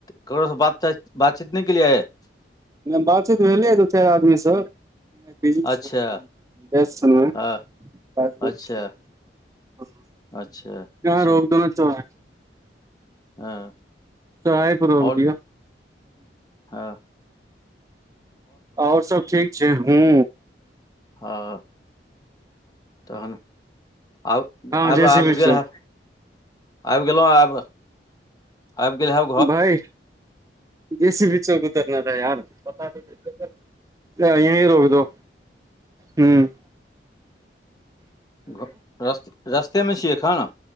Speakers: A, on the left (about 20°); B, on the right (about 20°).
A: ककरोसँ बात-बातचीत नहि केलियै अछि।
B: बातचीत भेलै दू-चारि आदमीसँ। बिजी छेलो
A: अच्छा
B: वेस्ट छेलो यहाँ
A: हँ अच्छा अच्छा अच्छा
B: रोक दो न चौराहे
A: हँ
B: चौराहापर रोकि
A: आओर
B: दिऔ।
A: हँ
B: आओर सब ठीक छै हूँ
A: ह तहन आब
B: हँ
A: आब
B: जैसे
A: आबि
B: भी
A: गेल
B: चौक
A: हँ आबि गेलहुँ आब अभीगेलहु
B: भाइ जेसी बीचे उतरना था यार बता देते ता यही रोक दो हूँ
A: घ रस्त रस्तेमे छी एखन